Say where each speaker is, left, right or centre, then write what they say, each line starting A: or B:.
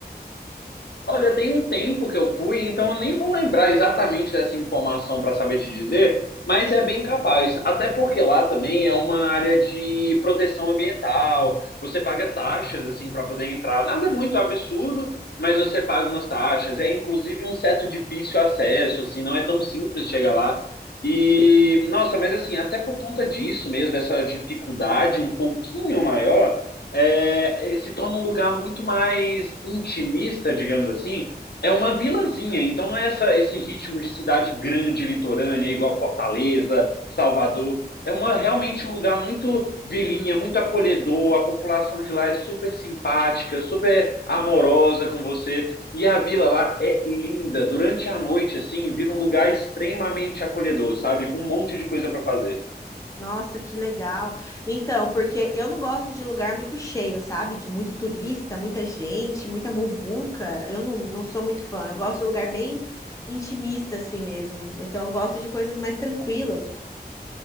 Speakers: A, on the left; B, on the left.
A: Olha, tem um tempo que eu fui, então eu nem vou lembrar exatamente dessa informação para saber te dizer, mas é bem capaz. Até porque lá também é uma área de proteção ambiental. Você paga taxas assim para poder entrar. Nada muito absurdo, mas você paga umas taxas. É inclusive um certo difícil acesso, assim, não é tão simples chegar lá. E nossa, mas assim, até por conta disso mesmo, dessa dificuldade um pouquinho maior, é, se torna um lugar muito mais intimista, digamos assim. É uma vilazinha, então não é essa, esse ritmo de cidade grande, litorânea, igual Fortaleza, Salvador. É uma, realmente um lugar muito vilinha, muito acolhedor. A população de lá é super simpática, super amorosa com você. E a vila lá é linda. Durante a noite, assim, vira um lugar extremamente acolhedor, sabe? Com um monte de coisa para fazer.
B: Nossa, que legal. Então, porque eu não gosto de lugar muito cheio, sabe? De muito turista, muita gente, muita muvuca. Eu não, não sou muito fã. Eu gosto de lugar bem intimista, assim mesmo. Então, eu gosto de coisas mais tranquilas